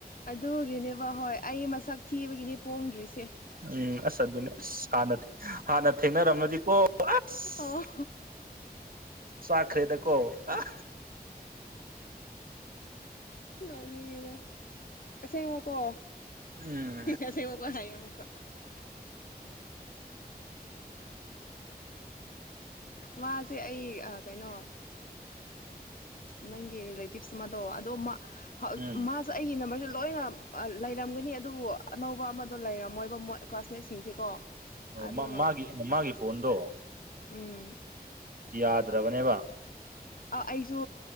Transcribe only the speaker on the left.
ꯑꯗꯨꯒꯤꯅꯦꯕ ꯍꯣꯏ ꯑꯩ ꯃꯁꯛ ꯊꯤꯕꯒꯤꯅꯤ ꯄꯣꯡꯗ꯭ꯔꯤꯁꯦ
ꯑꯣ
ꯅꯣꯛꯅꯤꯡꯉꯦꯗ ꯑꯁꯦꯡꯕ ꯀꯣ
ꯑꯁꯦꯡꯕꯀꯣ ꯍꯥꯏꯌꯦ ꯑꯃꯨꯛꯀ ꯃꯥꯁꯦ ꯑꯩ ꯑ ꯀꯩꯅꯣ ꯅꯪꯒꯤ ꯔꯤꯂꯦꯇꯤꯞꯁ ꯑꯃꯗꯣ ꯑꯗꯣ ꯃꯥ ꯍꯧ
ꯃꯥꯁ ꯁꯨ ꯑꯩꯒꯤ ꯅꯝꯕ꯭ꯔꯁꯦ ꯂꯣꯏꯅ ꯂꯩꯔꯝꯒꯅꯤ ꯑꯗꯨꯕꯨ ꯑꯅꯧꯕ ꯑꯃꯗꯣ ꯂꯩꯔꯝꯃꯣꯏꯕ ꯃꯣꯏ ꯀ꯭ꯂꯥꯁꯃꯦꯠꯁꯤꯡꯁꯦꯀꯣ
ꯑꯗꯨꯒ
ꯎꯝ
ꯎꯝ
ꯑꯥ ꯑꯩꯁꯨ